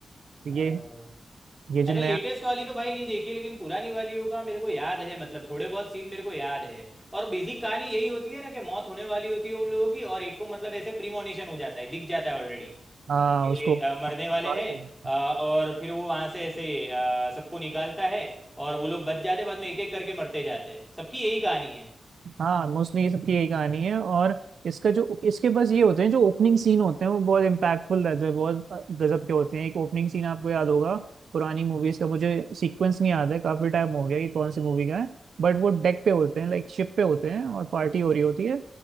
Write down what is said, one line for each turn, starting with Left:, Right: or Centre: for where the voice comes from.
Centre: अरे
Right: ये ये
Centre: मैंने
Right: जो नया
Centre: लेटेस्ट वाली तो भाई नहीं देखी लेकिन पुरानी वालियों का मेरे को याद है मतलब थोड़े बहुत सीन मेरे को याद है और बेसिक कहानी यही होती है ना कि मौत होने वाली होती है उन लोगों की और एक को मतलब ऐसे प्रीमोनिशन हो जाता है दिख जाता है ऑलरेडी
Right: हाँ
Centre: के,
Right: उसको
Centre: अ, मरने
Right: बर्बाद
Centre: वाले हैं
Right: हो गया।
Centre: अ, और फिर वो वहां से ऐसे अ, सबको निकालता है और वो लोग बच जाते बाद में एक एक करके मरते जाते हैं सबकी यही कहानी है
Right: हाँ मोस्टली ये सबकी यही कहानी है और इसका जो इसके बस ये होते हैं जो ओपनिंग सीन होते हैं वो बहुत इम्पैक्टफुल रहते हैं बहुत गजब के होते हैं एक ओपनिंग सीन आपको याद होगा पुरानी मूवीज का मुझे सीक्वेंस नहीं याद है काफी टाइम हो गया कि कौन सी मूवी का है बट वो डेक पे होते हैं लाइक शिप पे होते हैं और पार्टी हो रही होती है